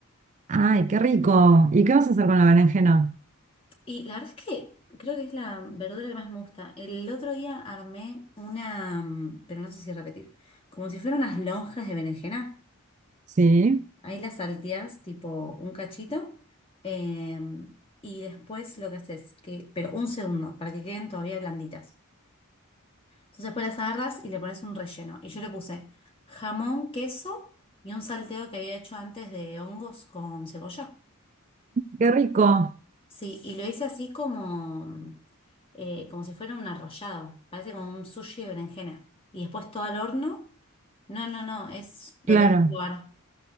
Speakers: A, on the right; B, on the left.
A: ay, qué rico. ¿Y qué vas a hacer con la berenjena?
B: Y la verdad es que creo que es la verdura que más me gusta. El otro día armé una, mm, pero no sé si repetir, como si fueran unas lonjas de berenjena.
A: Sí,
B: Ahí las salteás tipo un cachito, em, y después lo que haces, que, pero un segundo, para que queden todavía blanditas. Entonces después las agarras y le pones un relleno. Y yo le puse jamón, queso y un salteo que había hecho antes de hongos con cebolla.
A: qué rico,
B: Sí, y lo hice así como, eh, como si fuera un arrollado. Parece como un sushi de berenjena. Y después todo al horno. No, no, no, es lo
A: claro.
B: tenés que probar.